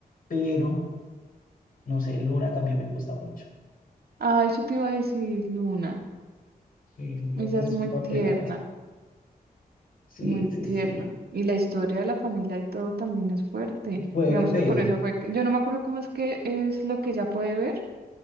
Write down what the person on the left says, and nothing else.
pero no sé, Luna también me gusta mucho.
Sí, Luna
es
un papelazo.
Sí,
sí,
sí.
Fuerte.